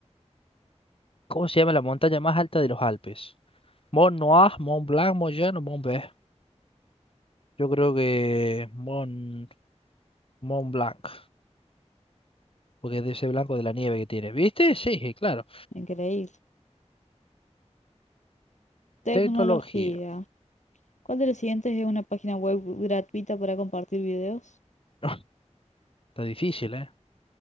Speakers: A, on the left (about 50°); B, on the left (about 80°).
A: ¿Cómo se llama la montaña más alta de los Alpes? Mont Noir, Mont Blanc, Mont Jean o Mont Blanc. Yo creo que Mont, Mont Blanc, porque es de ese blanco de la nieve que tiene. ¿Viste? Sí, claro.
B: Increíble. Tecnología.
A: Tecnología.
B: ¿Cuál de los siguientes es una página web gratuita para compartir videos?
A: <laughs> Está difícil, ¿eh?